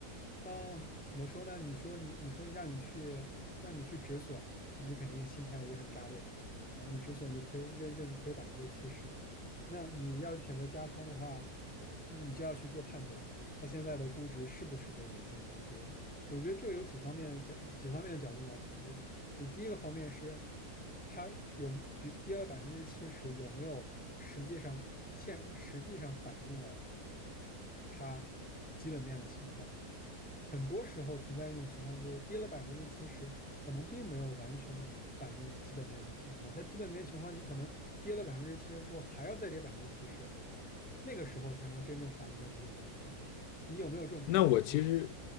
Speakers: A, in the centre; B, on the left (about 80°).
A: 嗯，怎么说呢？你说你你说让你去让你去止损，你肯定心态也很炸裂啊！你止损就亏，认认亏百分之七十。那你要选择加仓的话，你就要去做判断，它现在的估值是不是被严重低估了？我觉得这个有几方面角几方面的角度你要考虑。你第一个方面是，它有没比跌了百分之七十，有没有实际上现实际上反映了它基本面的情况？很多时候存在一种情况，就是跌了百分之七十，可能并没有完全反映基本面的情况。它基本面情况，你可能跌了百分之七十之后，还要再跌百分之七十，那个时候才能真正反映它基本面的情况。你有没有这种判断能力？
B: 那我其实，